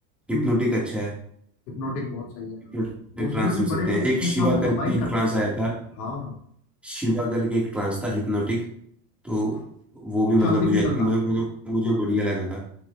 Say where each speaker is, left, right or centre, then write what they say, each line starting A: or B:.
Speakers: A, in the centre; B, on the left.
A: हिप्नोटिक
B: हम्म
A: अच्छा है
B: हिप्नोटिक बहुत सही है
A: हिप्नोटिक
B: हाँ उसमें
A: ट्रांस
B: भी
A: सुन सकते
B: बड़े
A: हैं
B: अच्छे
A: एक
B: अच्छा
A: शिवा
B: वो
A: करके
B: कंबाइन
A: एक
B: करते
A: ट्रांस
B: हैं
A: आया था
B: हाँ
A: शिवा करके एक ट्रांस था हिप्नोटिक तो
B: हाँ,
A: वो भी मतलब
B: शांति
A: मुझे
B: पीपल
A: मुझे,
B: का
A: मुझे मुझे बढ़िया लगा था